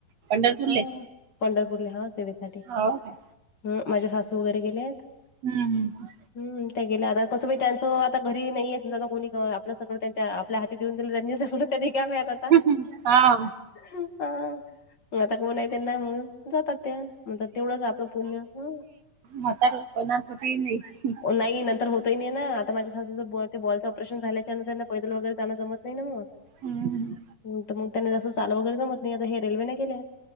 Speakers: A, on the right; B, on the left.
A: पंढरपूरले
B: हां. पंढरपूरला. हां. सेवेसाठी.
A: हो काय
B: हं. माझ्या सासू वगैरे गेल्यात.
A: हम्म. हम.
B: हम. त्या गेल्या. आता कसं त्यांचं आता घरी नाहीे समजा कोणी आपल्या- त्यांच्या आपल्या हाती देऊन दिलं त्यांनी सगळ. त्या रिकाम्या एत आता.
A: हम्म. हा
B: हा. मग आता कोण ए त्यांना मग? जातात त्या. म्हणतात तेवढंच आपलं पुण्य. हं.
A: म्हतार पण <unintelligible>
B: ओ, नाही. नंतर होत ही नाही ना? आता माझ्या सासूचं ते बॉलचं ऑपरेशन झाल्याच्यानंतर त्या - पैदल वगैरे जायला जमत नाही म.
A: हम्म.
B: हं. म त्यांना तसच- जायला वगैरे जमत नाही. आता हे रेल्वेने गेल्या.